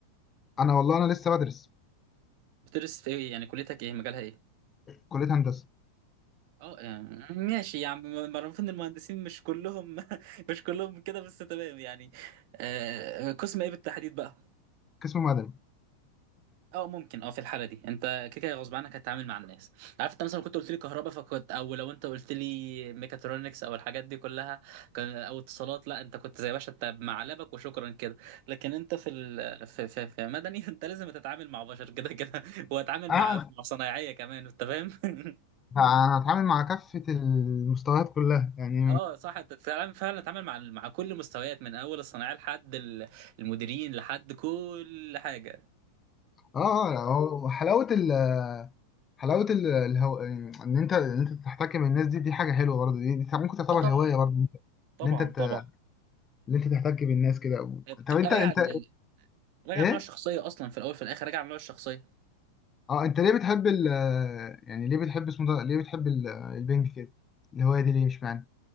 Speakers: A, on the left; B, on the right.
A: انا والله انا لسه بدرس
B: بتدرس في ايه يعني كليتك ايه مجالها ايه
A: كليه هندسه
B: اه يعني ماشي يعني معروف ان المهندسين مش كلهم <laughs> مش كلهم كده بس تمام يعني آه قسم ايه بالتحديد بقى
A: قسم مدني
B: اه ممكن اه في الحاله دي انت كده كده غصب عنك هتتعامل مع الناس عارف انت مثلا كنت قلت لي كهرباء فكنت او لو انت قلت لي ميكاترونكس او الحاجات دي كلها كان او اتصالات لا انت كنت زي باشا انت معلبك وشكرا كده لكن انت في ال... في, في, في مدني <laughs> انت لازم تتعامل مع بشر كده كده وتتعامل
A: انا
B: مع مع صنايعيه كمان انت فاهم <laughs>
A: انا هتعامل مع كافه المستويات كلها يعني
B: اه صح انت فعلا فعلا اتعامل مع مع كل المستويات من اول الصناعيه لحد ال- المديرين لحد كل حاجه
A: اه اه، يعني هو حلاوه ال حلاوه ال الهو... ان انت ان انت تحتك بالناس دي دي حاجه حلوه برضه دي, دي ممكن تعتبر
B: اه طبعا
A: هوايه برضه
B: طبعا
A: اللي انت ت...
B: طبعا
A: اللي انت تحتك بالناس كده
B: بتبقى
A: طب انت
B: راجع
A: انت
B: ل- راجع
A: ايه
B: لنوع الشخصيه اصلا في الاول في الاخر راجع لنوع الشخصيه
A: اه انت ليه بتحب ال يعني ليه بتحب اسمه ده ليه بتحب ال- البنج كده الهوايه دي ليه مش معنى